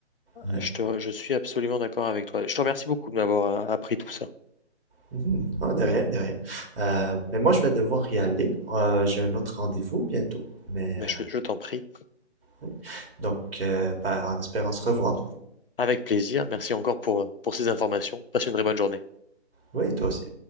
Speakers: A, on the right; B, on the left.
A: Ouais.
B: Je te- je suis absolument d'accord avec toi. Je te remercie beaucoup de m'avoir euh, appris tout ça.
A: Mhm. Ah, de rien, de rien. Euh, mais moi, je vais devoir y aller. Euh, j'ai un autre rendez-vous bientôt, mais.
B: Mais
A: euh,
B: je, je t'en prie,
A: Oui. Donc, euh, bah, en espérant se revoir.
B: avec plaisir. Merci encore pour, euh, pour ces informations. Passe une très bonne journée.
A: Oui, toi aussi.